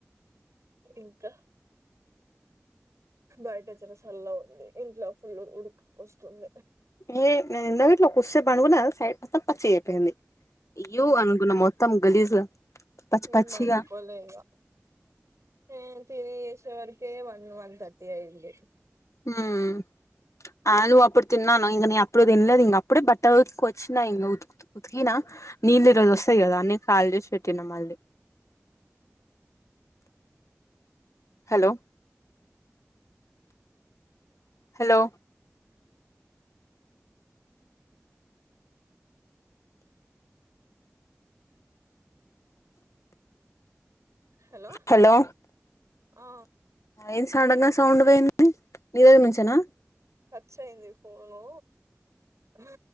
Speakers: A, on the right; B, on the left.
A: ఇంకా? బయట జర సల్లగా ఉంది, ఇంట్లో ఫుల్ ఉడికిపోస్తుంది.
B: ఏ, నేను ఇందాక అట్ల కుసేప్ పండుకున గదా, సైడ్ మొత్తం పచ్చి అయిపోయింది. ఇయ్యో! అనుకున్న మొత్తం గలీజ్గా, పచ్చి
A: నేను
B: పచ్చిగా.
A: పండుకోలే ఇగ నేను తిని చేసే వరకే, వన్ వన్ థర్టీ అయింది.
B: ఉమ్మ్. ఆలు అప్పుడు తిన్నాను, ఇగ నే అప్పుడు తినలేదు. ఇంక అప్పుడే బట్టా ఉతికి వచ్చిన ఇగ ఉ ఉతికినా. నీళ్లు ఈరోజు వస్తాయి గదా, అన్ని కాల్ జేసి బెట్టిన మళ్లీ. హలో! హలో.
A: Hello
B: hello.
A: ఆ
B: ఏంది సడన్ గా సౌండ్ వేయింది. నీ దగ్గర నుంచేనా.
A: టచ్ అయింది. ఫోను హీ